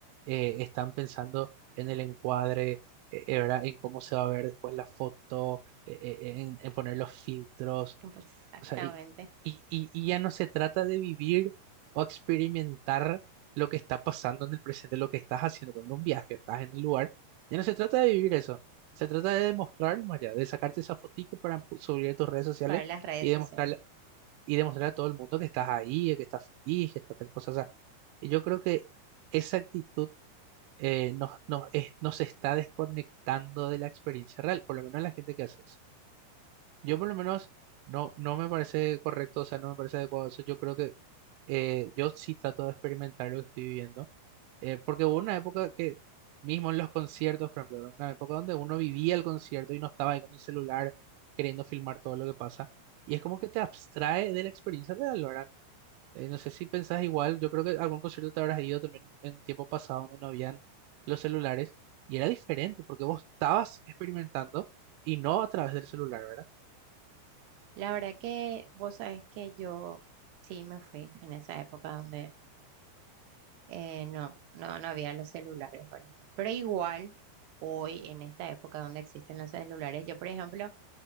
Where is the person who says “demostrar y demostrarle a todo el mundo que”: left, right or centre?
Right